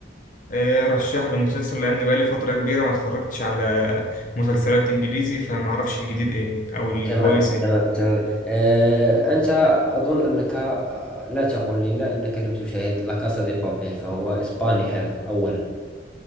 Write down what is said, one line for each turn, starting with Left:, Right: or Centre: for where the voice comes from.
Left: آه، رشح لي مسلسل لأن بقالي فترة كبيرة ما اتفرجتش على مسلسلات إنجليزي فمعرفش الجديد إيه أو الكويس
Centre: تمام
Left: إيه
Centre: تمام تمام آه، أنت أظن أنك آه، لا تقول لي لا أنك لم تشاهد لا كاسا دي بابيل فهو إسباني هذا أولا